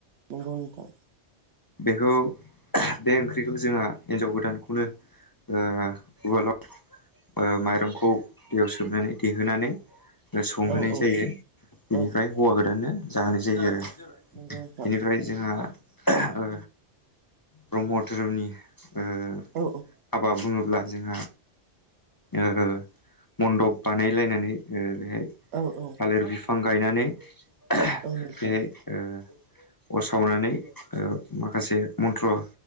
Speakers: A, on the right; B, on the left.
A: नोंगौ नोंथां
B: बेखौ ओह बे ओंख्रिखौ जोंहा हिन्जाव गोदानखौनो ओ उवालाव ओ माइरंखौ दैयाव सोमनानै दैेहोनानै संहोनाय
A: औ औ
B: जायो बेनिफ्राय
A: औ
B: हौवा गोदाननो जाहोनाय जायो आरो बेनिफ्राय
A: नंगौ नोंथां
B: जोंहा ओह ओ ब्रह्म धोरोमनि हाबा
A: औ
B: बुङो अब्ला जोंहा ओहो मन्दब बानायलायनानै ओ बेहाय
A: औ औ
B: थालिर बिफां गायनानै ओह
A: औ नोंथां
B: बेहाय ओ अर सावनानै ओ माखासे मन्थ्र'